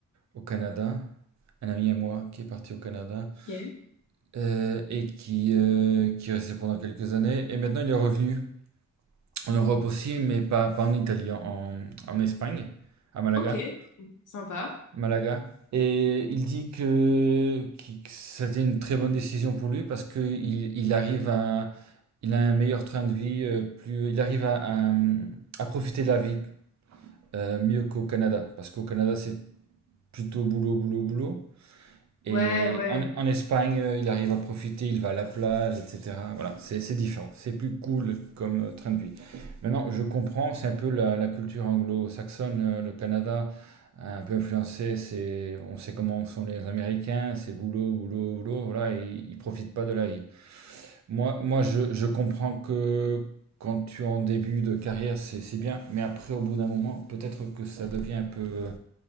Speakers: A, on the right (about 60°); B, on the left (about 75°).
A: au Canada, un ami à moi qui est parti au Canada,
B: Ok.
A: euh, et qui, euh, qui est resté pendant quelques années, et maintenant il est revenu. En Europe aussi, mais pas, pas en Italie, en, en Espagne, à Malaga.
B: Ok. Sympa.
A: Malaga. Et il dit que, que c'était une très bonne décision pour lui parce qu'il il il arrive à, il a un meilleur train de vie, euh, plus, il arrive à, à, à profiter de la vie euh, mieux qu'au Canada. Parce qu'au Canada, c'est plutôt boulot, boulot, boulot. Et
B: Ouais, ouais.
A: en, en Espagne, euh, il arrive à profiter, il va à la plage, etc. Voilà, c'est c'est différent, c'est plus cool comme euh, train de vie. Maintenant, je comprends, c'est un peu la, la culture anglo-saxonne, euh, le Canada, un peu influencé, c'est, on sait comment sont les Américains, c'est boulot, boulot, boulot, voilà, et ils, ils profitent pas de la vie. Moi, moi je, je comprends que quand tu es en début de carrière, c'est c'est bien, mais après, au bout d'un moment, peut-être que ça devient un peu euh,